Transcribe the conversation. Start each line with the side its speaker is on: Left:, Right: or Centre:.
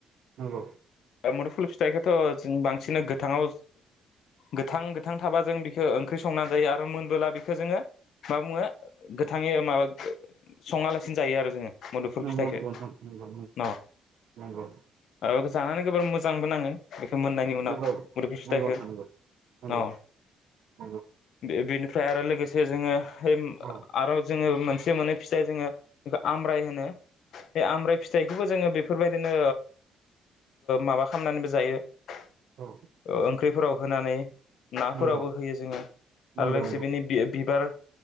Right: नंगौ
Left: मुदुफुल फिथाइखौथ' जों बांसिन गोथांाव गोथां गोथां थाबा जों बिखो ओंख्रि संनानै जायो आरो मोनबोला बेखौ जोङो मा बुङो गोथाङै माबा सङालासिनो जायो आरो जोङो मदुफल
Right: नंगौ
Left: फिथाइखौो
Right: नंगौ नोंथां नंगौ
Left: न
Right: नंगौ
Left: औ जानानै गोबां मोजांबो नाङो बेखौ मोननायनि उनाव
Right: नंगौ
Left: मोदोमनि फिथाइखो
Right: नंगौ नंगौ नोंथां नंगौ
Left: औ
Right: नंगौ
Left: बे बेनो ओमफ्राय आरो लोगोसे जोङो
Right: औ
Left: आरो जोङो मोनसे मोनै फिथाइ जोङो बेखौ आम्राइ होनो बे आम्राइ फिथाइखौबो जोङो बेफोरबायदिनो माबा खालामनानैबो जायो ओ
Right: औ
Left: ओं फख्रिफोराव होनानै नाफोरावबो
Right: नंगौ
Left: होयो जोङो
Right: नंगौ
Left: आरो लोगोसे
Right: नंगौ
Left: बेनि बि बिबार